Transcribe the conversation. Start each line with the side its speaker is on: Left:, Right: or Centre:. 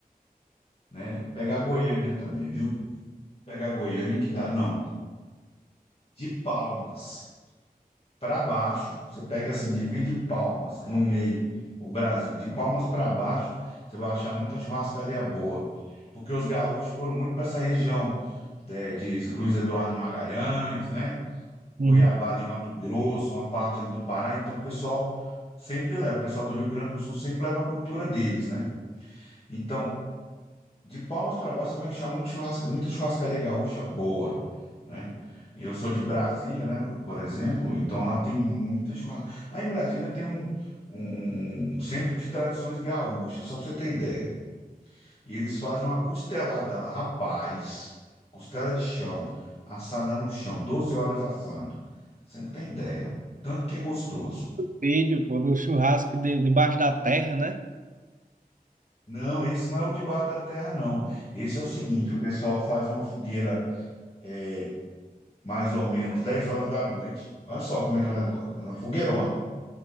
Left: né? Pegar Goiânia também, viu? Pegar Goiânia que dá. Não, de palmas para baixo, você pega assim, divide palmas no meio, o Brasil, de palmas para baixo, você vai achar muita churrascaria boa, porque os gaúchos foram muito para essa região né, de Luiz Eduardo Magalhães, né? Cuiabá,
Right: Uhum.
Left: ali, Mato Grosso, uma parte ali do Pará, então o pessoal sempre leva, o pessoal do Rio Grande do Sul sempre leva a cultura deles, né? Então, de Palmas para baixo, você vai achar muito churrasca, muita churrascaria gaúcha boa, né? E Eu sou de Brasília, né, por exemplo, então lá tem muita churrasca. Lá em Brasília tem um, um um, um centro de tradições gaúchas, só para você ter ideia. E eles fazem uma costelada lá, rapaz, costela de chão, assada no chão, 12 horas assando. Você não tem ideia, tanto que é gostoso.
Right: Filho, pô, do churrasco de, debaixo da terra, né?
Left: Não, esse não é o de baixo da terra, não. Esse é o seguinte, o pessoal faz uma fogueira é, mais ou menos 10 horas da noite. Olha só como é que é o negócio. Faz uma fogueirona.